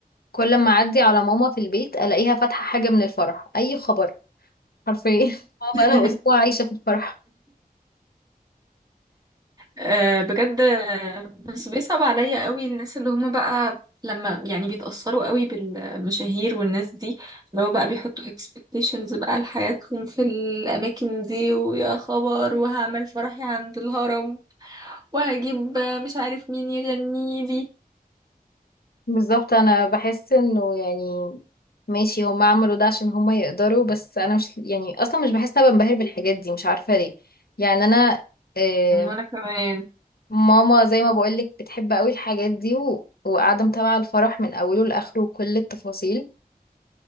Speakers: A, on the left; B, on the right.
A: كل لما اعدي على ماما في البيت الاقيها فاتحه حاجه من الفرح اي خبر حرفيا <laughs> ماما
B: <laughs>
A: بقالها اسبوع عايشه في الفرح
B: آه، بجد آه، بس بيصعب عليا قوي الناس اللي هم بقى لما يعني بيتأثروا قوي بالمشاهير والناس دي اللي هو بقى بيحطوا expectations بقى لحياتهم في الأماكن دي ويا خبر وهعمل فرحي عند الهرم وهجيب آه، مش عارف مين يغني لي
A: بالظبط انا بحس انه يعني ماشي هم عملوا ده عشان هم يقدروا بس انا مش يعني اصلا مش بحس ان انا بنبهر بالحاجات دي مش عارفه ليه يعني انا آه،
B: وانا كمان
A: ماما زي ما بقول لك بتحب قوي الحاجات دي و... وقاعده متابعه الفرح من اوله لاخره وكل التفاصيل